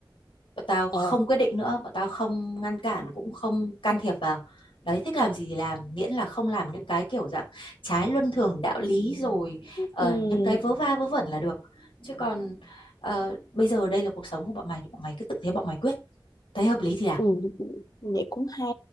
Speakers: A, on the left (about 85°); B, on the left (about 45°).
A: Bọn tao không
B: èo
A: quyết định nữa, bọn tao không ngăn cản cũng không can thiệp vào. Đấy, thích làm gì thì làm, miễn là không làm những cái kiểu dạng trái luân thường đạo lý rồi ờ,
B: ừ
A: những cái vớ va vớ vẩn là được. Chứ còn ờ, bây giờ đây là cuộc sống của bọn mày thì bọn mày cứ tự thế bọn mày quyết. Thấy hợp lý thì làm.
B: Ừ, vậy cũng hay